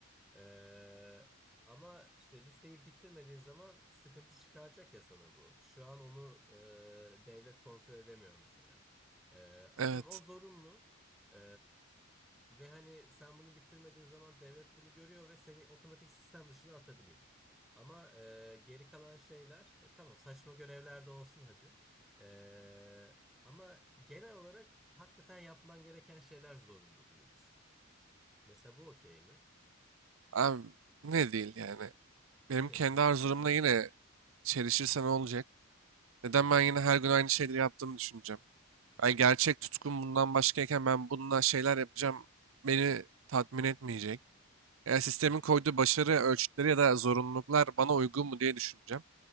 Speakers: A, in the centre; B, on the right.
A: Ee, ama işte listeyi bitirmediğin zaman sıkıntı çıkaracak ya sana bu. Şu an onu e, devlet kontrol edemiyor mesela. Ee, atıyorum
B: Evet.
A: o zorunlu. Ee, ve hani sen bunu bitirmediğin zaman devlet bunu görüyor ve seni otomatik sistem dışına atabiliyor. Ama e, geri kalan şeyler e, tamam saçma görevler de olsun hadi. Ee, ama genel olarak hakikaten yapman gereken şeyler zorunlu gibi düşün. Mesela bu okey mi?
B: Abi ne değil yani. Benim
A: Yine
B: kendi
A: mi değil
B: arzumla
A: diyorsun?
B: yine çelişirse ne olacak? Neden
A: Hı hı.
B: ben yine her gün aynı şeyleri yaptığımı düşüneceğim? Ben gerçek tutkum bundan başkayken ben bununla şeyler yapacağım beni tatmin etmeyecek. Yani sistemin koyduğu başarı ölçütleri ya da zorunluluklar bana uygun mu diye düşüneceğim.